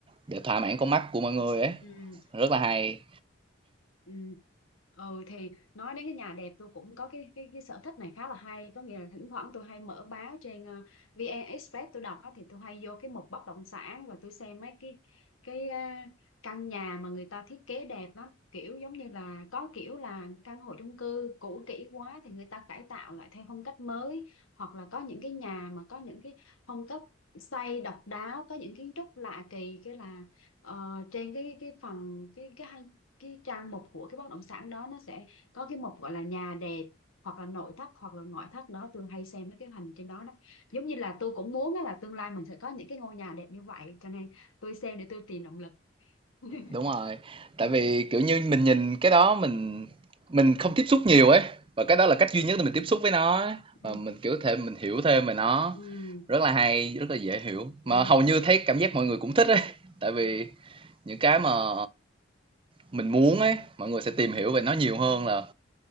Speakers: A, on the right; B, on the left.
A: để thỏa mãn con mắt của mọi người ấy,
B: ừ.
A: rất là hay.
B: Ừ. ừ thì nói đến cái nhà đẹp tôi cũng có cái cái cái sở thích này khá là hay có nghĩa là thỉnh thoảng tôi hay mở báo trên ờ, VN Express tôi đọc á, thì tôi hay vô cái mục bất động sản và tôi xem mấy cái cái ờ, căn nhà mà người ta thiết kế đẹp lắm kiểu giống như là có kiểu là căn hộ chung cư cũ kỹ quá thì người ta cải tạo lại theo phong cách mới hoặc là có những cái nhà mà có những cái phong cách xây độc đáo có những kiến trúc lạ kỳ cái là ờ, trên cái cái phần cái cái cái trang mục của cái bất động sản đó nó sẽ có cái mục gọi là nhà đẹp hoặc là nội thất hoặc là ngoại thất đó tôi hay xem mấy cái hình trên đó đó giống như là tôi cũng muốn á là tương lai mình sẽ có những cái ngôi nhà đẹp như vậy cho nên tôi xem để tôi tìm động lực <laughs>
A: Đúng rồi, tại vì, kiểu như, mình nhìn cái đó mình mình không tiếp xúc nhiều ấy, và cái đó là cách duy nhất để mình tiếp xúc với nó ấy, và
B: ừ,
A: mình, kiểu, thể mình hiểu thêm về nó.
B: ừ,
A: Rất là hay, rất là dễ hiểu, mà
B: ừ.
A: hầu như thấy cảm giác mọi người cũng thích ấy, tại vì những cái mà mình muốn ấy mọi người sẽ tìm hiểu về nó nhiều hơn là